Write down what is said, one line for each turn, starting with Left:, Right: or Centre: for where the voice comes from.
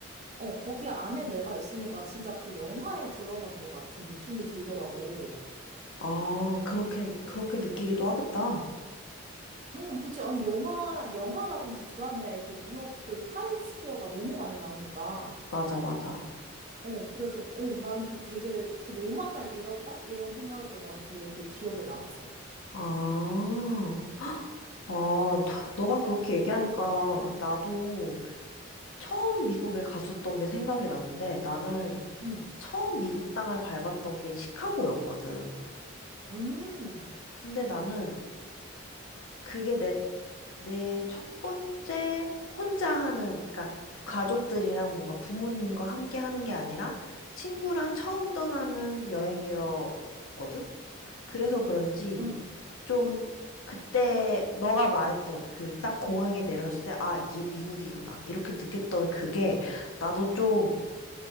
Right: 어, 거기 안에 내가 있으니까 진짜 그 영화에 들어간 것 같은 느낌이 들더라고.
Left: 아, 그렇게, 그렇게 느끼기도 하겠다.
Right: 응, 그치. 아니, 영화, 영화라든지 드라마에 그 뉴욕 그 타임스퀘어가 너무 많이 나오니까.
Left: 맞아, 맞아.
Right: 어, 그래서, 어, 나는 그 되게 그 로망을 잃었다? 이런 생각에 난 되게 그게 기억에 남았어.
Left: 아, 아, 너가 그렇게 얘기하니까 나도 처음 미국에 갔었던 게 생각이 나는데 나는
Right: 응,
Left: 처음 미국 땅을 밟았던 게 시카고였거든.
Right: 음,
Left: 근데 나는 그게 내, 내 첫 번째 혼자 하는, 그러니까 가족들이랑 뭔가 부모님과 함께 하는 게 아니라 친구랑 처음 떠나는 여행이었거든. 그래서 그런지
Right: 응,
Left: 좀 그때 너가 말했던 그 딱 공항에 내렸을 때, 아, 이게 미국이구나. 이렇게 느꼈던 그게 나도 좀